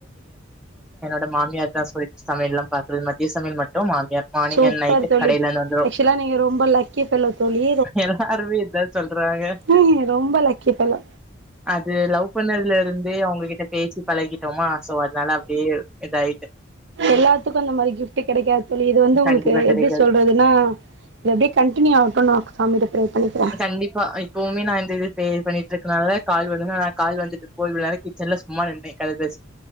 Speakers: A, in the centre; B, on the right (about 55°).
A: ட மாமியார் தா சொல்லிட்டு சமையல்லா பாக்குறது மதிய சமையல் மட்டு மாமி யா மார்னிங்
B: சூப்பர்
A: அண்ட நைட்
B: தோழி
A: கடைல இருந்து வந்துரு
B: ஆக்சுவலா நீங்க ரொம்ப லக்கி ஃபெல்லோ தோழி
A: எல்லாருமே இதா சொல் றாங்க
B: நீங்க ரொம்ப லக்கி பெல்லோ
A: அது லவ் பண்ணதுல இருந்தே அவங்ககிட்ட பே சி பழகிட்டோமா சோ அதனால அப்டியே இதாயிட்டு
B: எல்லாத்துக்கும் அந்த மாரி கிஃப்ட் கெடைக்காது தோழி இது வந்து உங்களுக்கு
A: கண்டிப்பா கெடைக்காது
B: எப்டி சொல்றதுன்னா இது அப்டியே கண்ட்டினியூ ஆவட்டுனு நா சாமிட்ட ப்ரே பண்ணிக்கிறே
A: கண்டிப்பா இப்பவுமே நா இந்த இது பே பண்ணிட்டு இருக்கனால கால் வந் னால கால் வந்துட்டு போது வேற கிச்சன்ல சும்மா நின்னு கத பேச